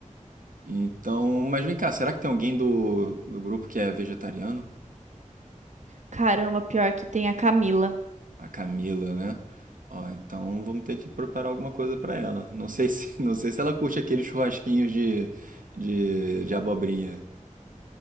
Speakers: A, on the right; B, on the right.
A: Então, mas vem cá, será que tem alguém do, do grupo que é vegetariano?
B: Caramba, pior que tem a Camila.
A: a Camila, né? Ó, então vamos ter que preparar alguma coisa pra ela. Não sei se, <laughs> não sei se ela curte aqueles churrasquinhos de, de, de abobrinha.